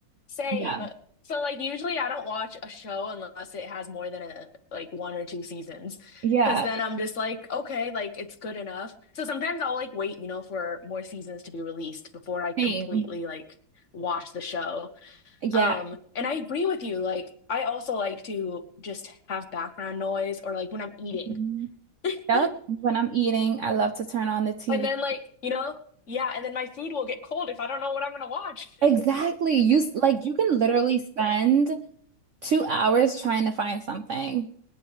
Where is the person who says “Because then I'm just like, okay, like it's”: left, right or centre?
Left